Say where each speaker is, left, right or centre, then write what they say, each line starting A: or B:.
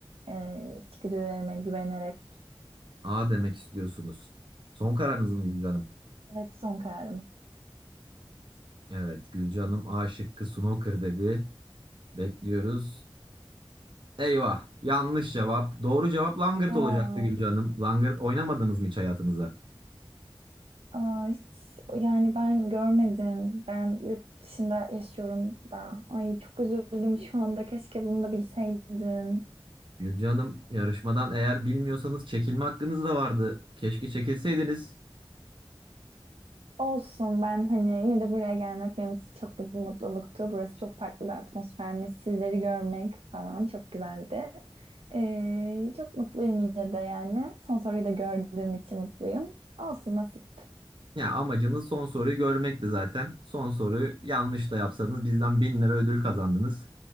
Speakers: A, on the right; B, on the right.
A: e, içgüdülerime güvenerek.
B: A demek istiyorsunuz. Son kararınız mı Gülcan Hanım?
A: Evet son kararım.
B: Evet, Gülcan Hanım A şıkkı snooker dedi. Bekliyoruz. Eyvah. Yanlış cevap. Doğru cevap langırt
A: A.
B: olacaktı Gülce Hanım. Langırt oynamadınız mı hiç hayatınızda?
A: Aa, hiç, yani ben görmedim. Ben yurt dışında yaşıyorum da. Ay çok üzüldüm şu anda. Keşke bunu da bilseydim.
B: Gülce Hanım yarışmadan eğer bilmiyorsanız çekilme hakkınız da vardı. Keşke çekilseydiniz.
A: Olsun ben hani yine de buraya gelmek benim için çok büyük bir mutluluktu. Burası çok farklı bir atmosfermiş. Sizleri görmek falan çok güzeldi. Ee, çok mutluyum yine de yani. Son soruyu da gördüğüm için mutluyum. Olsun nasip.
B: Ya amacınız son soruyu görmekti zaten. Son soruyu yanlış da yapsanız bizden 1000 lira ödül kazandınız.